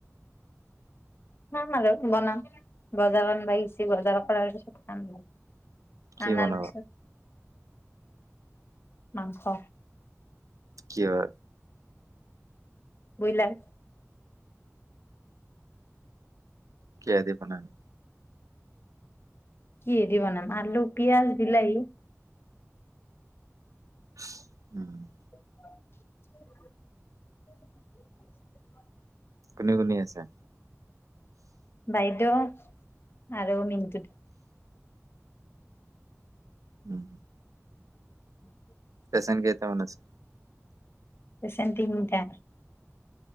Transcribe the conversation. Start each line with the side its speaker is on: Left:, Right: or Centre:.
Left: হয় বাৰু বনাম। বজাবন বাইছে বজাৰৰ পৰা পৰা উম,
Right: কি
Left: আনাৰ
Right: বনাব
Left: পিছত? মাংস।
Right: কিবা
Left: বুইলাৰ।
Right: কিহে দি বনাবি?
Left: কিহে দি বনাম? আলু পিয়াজ বিলাহি।
Right: <inaudible> উম,
Left: <inaudible>
Right: কোনে বনাই আছা?
Left: বাইদেউ আৰু <unintelligible>
Right: উম,
Left: <inaudible>
Right: এচাইন কেইটামান আছে?
Left: এচাইন তিনটা।